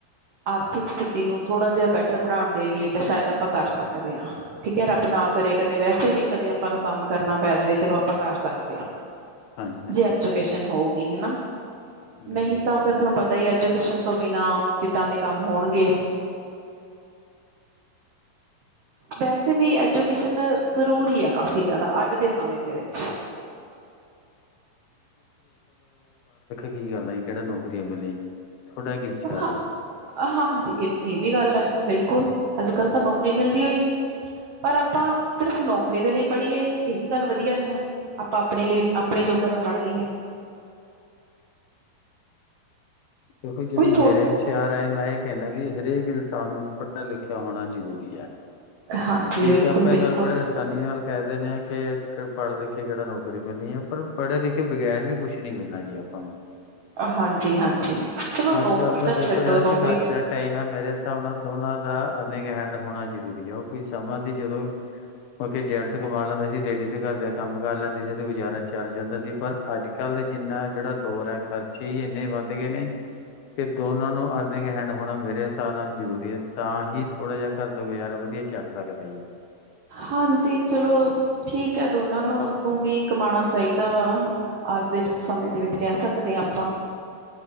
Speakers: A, on the right; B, on the left.
A: ਆਰਥਿਕ ਸਥਿਤੀ ਨੂੰ ਥੋੜ੍ਹਾ ਜਿਹਾ ਬੈਟਰ ਬਣਾਉਣ ਦੇ ਲਈਏ ਤਾਂ ਸ਼ਾਇਦ ਆਪਾਂ ਕਰ ਸਕਦੇ ਹਾਂ ਠੀਕ ਹੈ ਰੱਬ ਨਾ ਕਰੇ ਕਦੇ ਵੈਸੇ ਵੀ ਕਦੇ ਆਪਾਂ ਨੂੰ ਕੰਮ ਕਰਨਾ ਪੈ ਜਾਵੇ ਚਲੋ ਆਪਾਂ ਕਰ ਸਕਦੇ ਹਾਂ
B: ਹਾਂਜੀ ਹਾਂਜੀ
A: ਜੇ ਐਜੂਕੇਸ਼ਨ
B: ਹਾਂਜੀ
A: ਹੋਊਗੀ ਹਨਾ
B: ਬਿਲਕੁਲ
A: ਨਹੀਂ ਤਾਂ ਫਿਰ ਤੁਹਾਨੂੰ ਪਤਾ ਹੀ ਐਜੂ ਪਸ਼ਨ ਤੋਂ ਬਿਨਾਂ ਕਿੱਦਾਂ ਦੇ ਕੰਮ ਹੋਣਗੇ ਵੈਸੇ ਵੀ ਐਜੂਕੇਸ਼ਨ ਜ਼ਰੂਰੀ ਹੈ ਕਾਫ਼ੀ ਜ਼ਿਆਦਾ ਅੱਜ ਦੇ ਸਮੇਂ ਦੇ ਵਿੱਚ
B: ਸਹੀ ਗੱਲ ਗੱਲ ਆ ਜੀ ਕਿਹੜਾ ਨੌਕਰੀਆਂ ਮਿਲੇ ਜੀ ਤੁਹਾਡਾ ਕੀ ਵਿਚਾਰ
A: ਹ
B: ਹੈ ਜੀ
A: ਹਾਂਜੀ ਇਹ ਇਹ ਵੀ ਗੱਲ ਹੈ ਬਿਲਕੁਲ ਸਕਲ ਅੱਜ ਕੱਲ੍ਹ ਤਾਂ ਨੌਕਰੀ ਮਿਲਦੀ ਹੋਈ ਨਹੀਂ ਪਰ ਆਪਾਂ ਸਿਰਫ਼ ਨੌਕਰੀ ਦੇ ਲਈ ਪੜ੍ਹੀਏ ਇਹ ਵੀ ਗੱਲ ਵਧੀਆ ਨ ਆ ਆਪਾਂ ਆਪਣੇ ਲਈ ਆਪਣੇ ਯੋਗਾਾਂ ਦਾ ਪੜ੍ਹ ਲਈਏ
B: ਦੇਖੋ ਜਿਹੜੀ
A: ਵੀ ਥੋ
B: ਮੇਰੇ ਵਿਚਾਰ ਹੈਏ ਮੈਂ ਇਹ ਕਹਿੰਦਾ ਵੀ ਹਰੇਕ ਇਨਸਾਨ ਨੂੰ ਪੜ੍ਹਿਆ ਲਿਖਿਆ ਹੋਣਾ ਜ਼ਰੂਰੀ ਹੈ
A: ਹਾਂਜੀ
B: ਠੀਕ
A: ਬਿਲਕੁਲ
B: ਹੈ ਆਪਾਂ
A: ਬਿਲਕੁਲ
B: ਇਹ ਗੱਲ ਬੜੇ ਆਸਾਨੀ ਨਾਲ ਕਹਿ ਦਿੰਦੇ ਹਾਂ ਕਿ ਪੜ੍ਹ ਦੇ ਕਿਹੜਾ ਨੌਕਰੀ ਮਣੀ ਹੈ ਪਰ ਪੜੇ ਲਿਖੇ ਬਗੈਰ ਵੀ ਕੁਛ ਨੀ ਮਿਲਣਾ ਜੀ ਆਪਾਂ ਨੂੰ
A: ਹਾਂਜੀ ਹਾਂਜੀ ਚਲੋ ਨੌਕਰੀ
B: ਅੱਜ ਕੱਲ ਦਾ
A: ਤਾਂ
B: ਦੇਖੋ
A: ਛੱਡੋ
B: ਜਿਹੜਾ
A: ਨੌਕਰੀ
B: ਸੰਘਰਸ਼ ਦਾ ਟਾਈਮ ਹੈ ਮੇਰੇ ਹਿਸਾਬ ਨਾਲ ਦੋਨਾਂ ਦਾ ਅਰਨਿੰਗ ਹੈਂਡ ਹੋਣਾ ਜਰੂਰੀ ਹੈ ਕੁਝ ਸਮਝ ਜਦੋਂ ਉੱਥੇ ਜੈਂਟਸ ਕਮਾ ਲੈਂਦਾ ਸੀ ਡੇਡੀ ਤੇ ਘਰ ਦਾ ਕੰਮ ਕਰ ਲੈਂਦੀ ਸੀ ਤੇ ਗੁਜ਼ਾਰਾ ਚੱਲ ਜਾਂਦਾ ਸੀ ਪਰ ਅੱਜ ਕੱਲ ਦੇ ਜਿੰਨਾ ਜਿਹੜਾ ਦੌਰ ਹੈ ਖਰਚੇ ਹੀ ਇੰਨੇ ਵੱਧ ਗਏ ਨੇ ਕਿ ਦੋਨਾਂ ਨੂੰ ਅਰਨਿੰਗ ਹੈਂਡ ਹੋਣਾ ਮੇਰੇ ਨਾਲ ਜ਼ਰੂਰੀ ਹੈ ਤਾਂ ਹੀ ਥੋੜਾ ਜਿਹਾ ਘਰ ਤੋਂ ਗ ਯਾਰ ਵਧੀਆ ਸਕਦਾ ਜੀ
A: ਹਾਂਜੀ ਚਲੋ ਠੀਕ ਹੈ ਦੋਨਾਂ ਨੂੰ ਵੀ ਕਮਾਉਣਾ ਚਾਹੀਦਾ ਵਾ ਅੱਜ ਦੇ ਸਮੇਂ ਦੇ ਵਿੱਚ ਕਹਿ ਸਕਦੇ ਹਾਂ ਆਪਾਂ